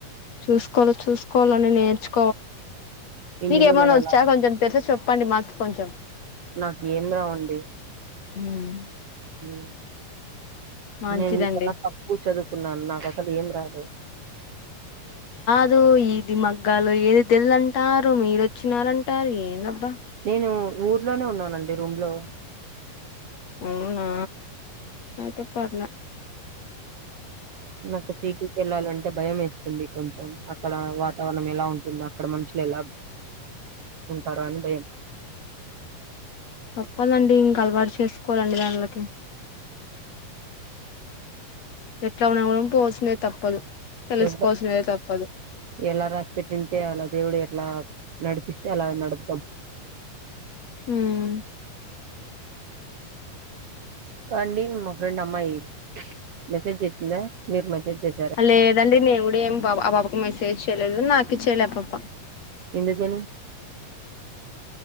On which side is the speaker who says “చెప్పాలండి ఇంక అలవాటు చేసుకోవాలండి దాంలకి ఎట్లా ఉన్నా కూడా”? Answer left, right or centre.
Left